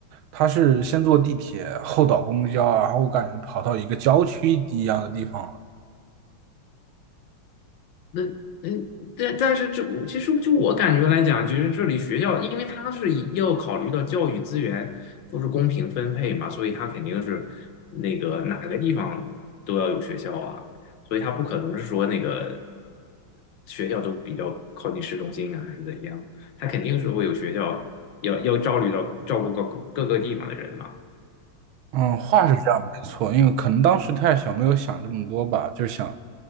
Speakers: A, on the right; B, on the left.
A: 他是先坐地铁，后倒公交，然后我感觉跑到一个郊区一样的地方了。
B: 那嗯，但但是这我其实就我感觉来讲，其实这里学校，因为它是以要考虑到教育资源说是公平分配嘛，所以它肯定是那个哪个地方都要有学校啊，所以它不可能是说那个学校都比较靠近市中心啊，还是怎样，它肯定是会有学校要要照虑到照顾各各个地方的人嘛。
A: 嗯，话是这样，没错，因为可能当时太小，没有想这么多吧，就想，